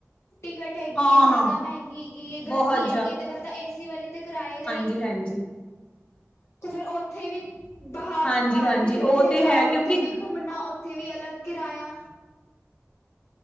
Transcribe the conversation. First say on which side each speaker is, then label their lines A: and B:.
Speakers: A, on the left; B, on the left.
A: ਟਿਕਟ ਹੈਗੀ,
B: ਹਾਂ
A: ਜਿਆਦਾ
B: ਹਾਂ
A: ਮਹਿੰਗੀ ਹੈਗੀ ਏ, ਗਰਮੀ
B: ਬਹੁਤ
A: ਹੈਗੀ ਹੈ, ਤੇ ਬੰਦਾ ਏਸੀ ਵਾਲੀ ਤੇ ਕਰਾਏਗਾ ਹੀ।
B: ਜੀ, ਹਾਂਜੀ।
A: ਤੇ ਫੇਰ, ਉੱਥੇ ਵੀ ਬਾਹਰ,
B: ਹਾਂਜੀ
A: ਬਾਹਰ
B: ਹਾਂਜੀ
A: ਵੀ ਜਿੱਥੇ
B: ਉਹ ਤੇ
A: ਜਾਓ,
B: ਹੈ ਕਿਉਂਕਿ
A: ਉੱਥੇ ਵੀ ਘੁੰਮ ਘੁੰਮਣਾ, ਉੱਥੇ ਵੀ ਅਲੱਗ ਕਿਰਾਇਆ।